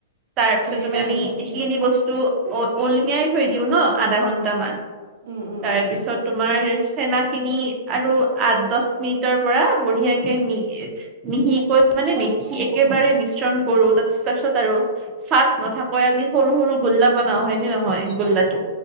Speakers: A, on the right; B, on the right.
A: তাৰপিছত
B: ধুই দিব
A: তুমি
B: লাগিব
A: আমি
B: উম।
A: ইখিনি বস্তু অ', উলমিয়াই থৈ দিওঁ ন'? আধা ঘণ্টামান।
B: উম, উম।
A: তাৰ
B: উম,
A: পিছত তোমাৰ চেনাখিনি আৰু আঠ দছ মিনিটৰ পৰা বঢ়িয়াকে নি মিহিকৈ মানে মিহি একেবাৰে মিশ্ৰণ কৰোঁ, <unintelligible> তাৰপিছত আৰু চাট নাথাকৈ আমি সৰু সৰু গোল্লা বনাওঁ। হয় নে নহয় গোল্লাটো?